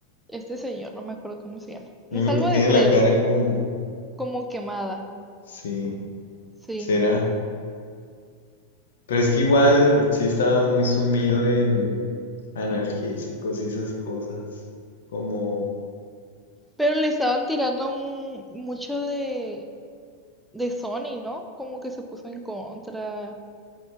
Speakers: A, in the centre; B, on the left.
A: este señor, no me acuerdo cómo se llama. No
B: Uno
A: Es algo
B: que tiene
A: de Freddy,
B: la cara como...
A: como quemada.
B: Sí,
A: Sí.
B: será. Pero es que igual sí estaba muy sumido en analgésicos y esas cosas. Como...
A: Pero le estaban tirando mu- mucho de, de Sony, ¿no? Como que se puso en contra